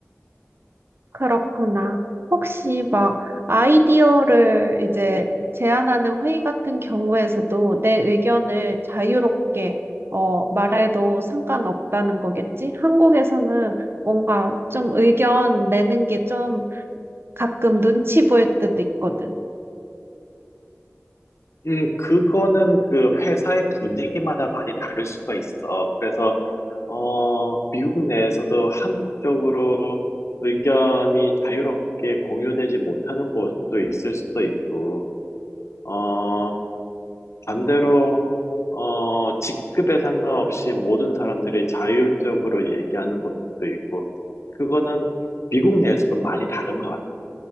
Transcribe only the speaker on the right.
그렇구나. 혹시 막 아이디어를 이제 제안하는 회의 같은 경우에서도 내 의견을 자유롭게 어, 말해도 상관없다는 거겠지? 한국에서는 뭔가 좀 의견 내는 게 좀 가끔 눈치 보일 때도 있거든.